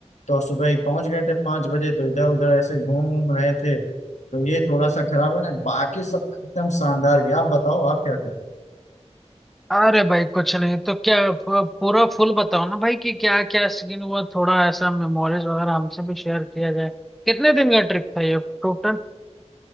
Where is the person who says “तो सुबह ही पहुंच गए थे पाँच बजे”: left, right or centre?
Left